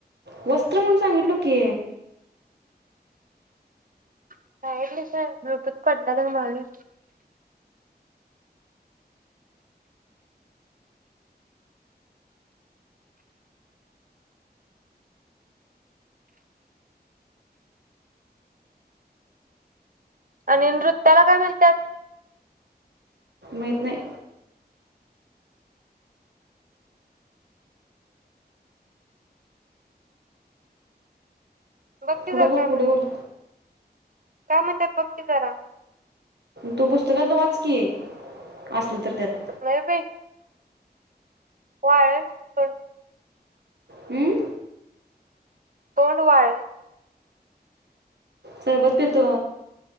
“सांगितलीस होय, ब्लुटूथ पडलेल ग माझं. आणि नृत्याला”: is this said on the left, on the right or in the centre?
Right